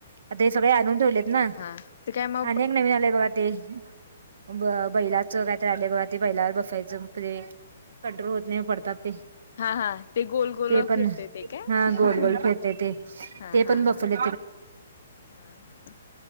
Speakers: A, on the right; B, on the left.
A: आंता हे सगळे आंणून ठेवलेत नां.
B: हां. ते कायं मं
A: अनेक नवीन आलेय बघां ते. बं बैलाच कायते आले बघां ते बैलांवर बसांय जं पले. कंट्रो होतं नाहीं वो पडतांत ते.
B: हां हां. ते गोलं गोलं
A: ते पण
B: फिरते ते कायं.
A: हा गोल गोल फिरतय ते
B: हां
A: ते
B: हां
A: पण बसवले
B: हां. हां हां.